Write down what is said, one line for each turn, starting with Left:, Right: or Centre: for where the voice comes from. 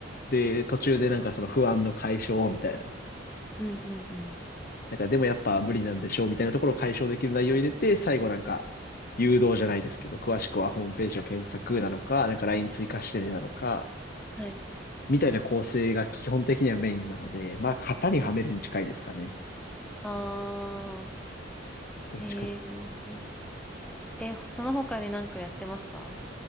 Left: で、途中でなんかその不安の解消みたいな。
Centre: うんうんうん。
Left: なんかでもやっぱ無理なんでしょうみたいなところを解消できる内容を入れて、最後なんか誘導じゃないですけど、詳しくはホームページを検索なのか、なんか LINE 追加してねなのか、
Centre: はい。
Left: みたいな構成が基本的にはメインなので、まあ型にはめるに近いですかね。
Centre: あ
Left: どっちかっ
Centre: ー。へえ。え、その他になんかやってました